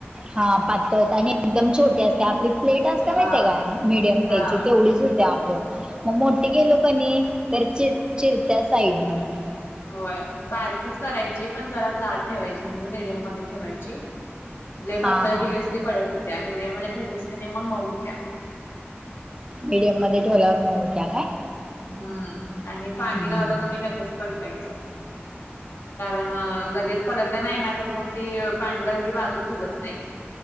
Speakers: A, on the right (about 20°); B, on the left (about 80°).
A: हा पातळ आणि एकदम छोटी असते आपली प्लेट असते
B: हा
A: माहिे काय मीडियम साईजची
B: हा
A: तेवढीच हो. त्याग मग मोठे गेलो कणी तर चि चिरत्या साईड न मग
B: होय बारकीच करायची पण जरा जाड ठेवायची म्हणजे मीडियम म ठेवायची. पातळ
A: हा हा
B: केलीस की कडक होत्या मीडियम मध्ये ठेवलीस की नाही मग मऊ होत्या.
A: मीडियम मध्ये ठेवल्यावर म होत्या काय?
B: हम्म आणि पाणी
A: हम्म
B: लावलं क न पलटायचं कारण लगेच पलटलं नाही ना तर मग ते पाणी लावलेली बाजू फुगत नाही.